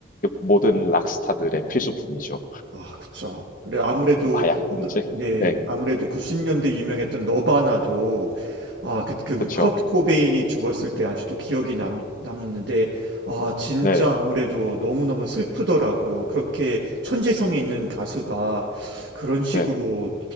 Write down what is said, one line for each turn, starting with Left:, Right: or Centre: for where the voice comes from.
Left: 모든 락스타들의 필수품이죠.
Right: 아, 그쵸. 그래, 아무래도,
Left: 마약
Right: 너-
Left: 문제.
Right: 네,
Left: 네,
Right: 아무래도 90년대 유명했던 너바나도, 아, 그, 그,
Left: 그렇죠.
Right: 커트 코베인이 죽었을 때 아직도 기억이 남, 남는데, 아, 진짜
Left: 네네,
Right: 아무래도 너무너무 슬프더라고요. 그렇게 천재성이
Left: 음,
Right: 있는 가수가 그런 식으로
Left: 네네.